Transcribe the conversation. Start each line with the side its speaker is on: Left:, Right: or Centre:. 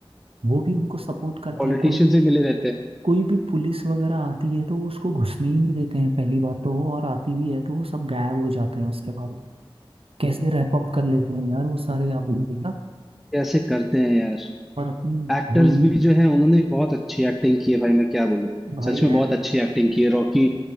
Right: वो भी उनको सपोर्ट करते
Centre: पॉलिटिशियन
Right: हैं कोई
Centre: से मिले रहते हैं
Right: कोई भी पुलिस वगैरह आती है तो वो उसको घुसने ही नहीं देते हैं पहली बात तो वो और आती भी है तो वो सब गायब हो जाते हैं उसके बाद कैसे रैप अप कर लेते हैं यार वो सारे आपने देखा
Centre: कैसे करते हैं यार
Right: और अपनी
Centre: एक्टर्स
Right: भोली
Centre: भी जो है उन्होंने भी बहुत अच्छी एक्टिंग की है भाई मैं क्या बोलूं
Right: भाई
Centre: सच में बहुत
Right: एक्ट
Centre: अच्छी एक्टिंग की है रॉकी